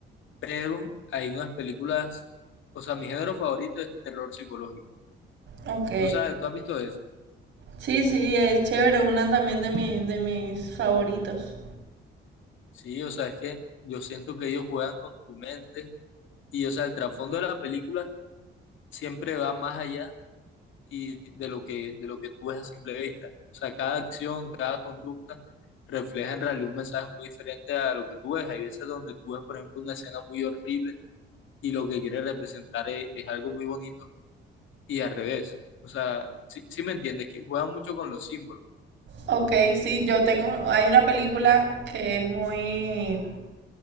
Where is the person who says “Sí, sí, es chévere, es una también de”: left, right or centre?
Right